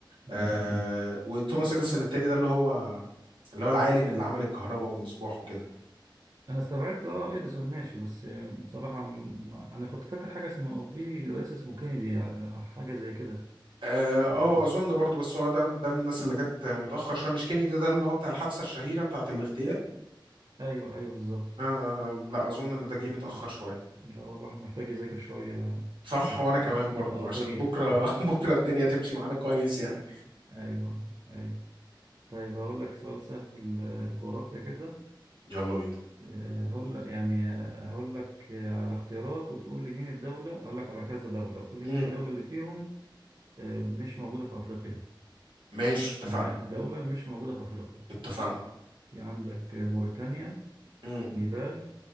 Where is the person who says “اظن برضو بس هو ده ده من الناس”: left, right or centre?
Right